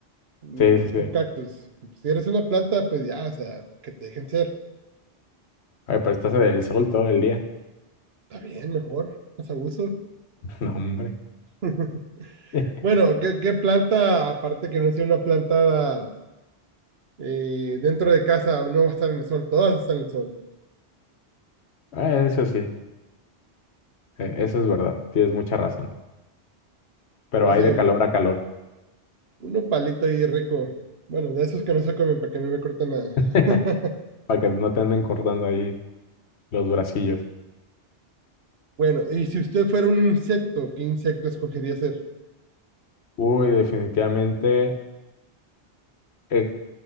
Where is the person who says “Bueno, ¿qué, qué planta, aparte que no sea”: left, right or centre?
Right